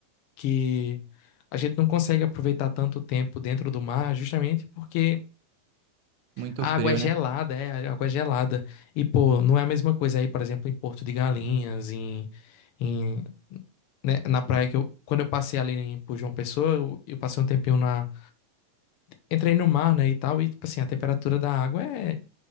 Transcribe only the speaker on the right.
muito
frio,
né?